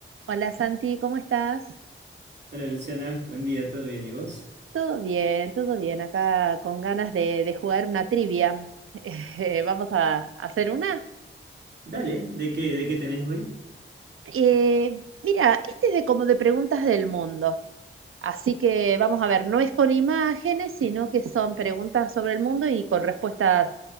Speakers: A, on the right; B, on the right.
A: Hola Santi, ¿cómo estás?
B: Hola Luciana, buen día, ¿todo bien? ¿Y vos?
A: Todo bien, todo bien. Acá con ganas de, de jugar una trivia. <laughs> Eh, vamos a, a hacer una.
B: Dale, ¿de qué, de qué tenés hoy?
A: Eh, mira, este es de como de preguntas del mundo. Así que vamos a ver, no es con imágenes, sino que son preguntas sobre el mundo y con respuestas